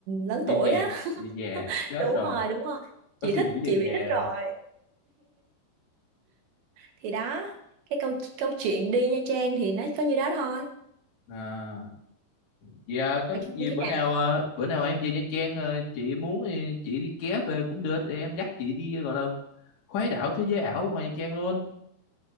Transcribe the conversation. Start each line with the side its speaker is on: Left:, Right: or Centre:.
Right: lớn
Left: Về
Right: tuổi
Left: về,
Right: á
Left: về về
Right: <laughs>
Left: chết
Right: đúng
Left: rồi.
Right: rồi đúng rồi
Left: Có
Right: chị
Left: suy
Right: thích
Left: nghĩ về
Right: chị
Left: về
Right: bị thích
Left: rồi.
Right: rồi thì đó cái câu câu chuyện đi Nha Trang thì nó có như đó thôi
Left: À, vậy à, có
Right: Khi
Left: gì bữa
Right: nào
Left: nào à, bữa nào em về Nha Trang à, chị muốn thì chị đi ké về cũng được em dắt chị đi gọi là khuấy đảo thế giới ảo ngoài Nha Trang luôn